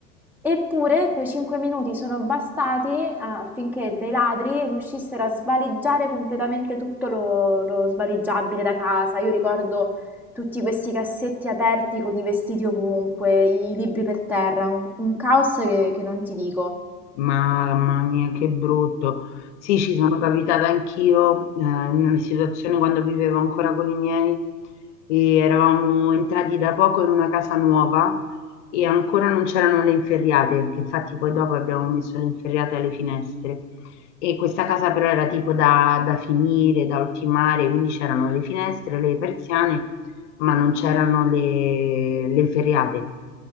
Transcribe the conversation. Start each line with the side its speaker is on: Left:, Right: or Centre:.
Centre: Eppure quei 5 minuti sono bastati ah, affinché dei ladri riuscissero a svaligiare completamente tutto lo, lo svaligiabile da casa. Io ricordo tutti questi cassetti aperti con i vestiti ovunque, i libri per terra, un, un caos che, che non ti dico.
Left: Mamma mia, che brutto. Sì, ci sono capitata anch'io, eh, in una situazione quando vivevo ancora con i miei e eravamo entrati da poco in una casa nuova e ancora non c'erano le inferriate, che infatti poi dopo abbiamo messo le inferriate alle finestre. E questa casa però era tipo da, da finire, da ultimare, quindi c'erano le finestre, le persiane ma non c'erano le, le feriate.